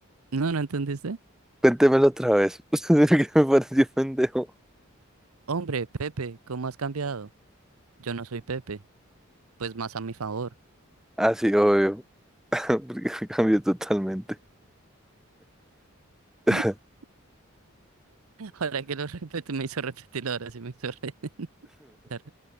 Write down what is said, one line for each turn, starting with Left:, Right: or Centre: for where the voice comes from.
Right: ¿No, no entendiste?
Centre: Cuéntemelo otra vez. <laughs> ¿Por ¿Qué me pareció pendejo?
Right: Hombre, Pepe, ¿cómo has cambiado? Yo no soy Pepe, pues más a mi favor.
Centre: Ah, sí, obvio. <laughs> Porque me cambió totalmente. <laughs>
Right: <laughs> Ahora que lo repito, me hizo repetirlo, ahora sí me hizo re- <laughs> dar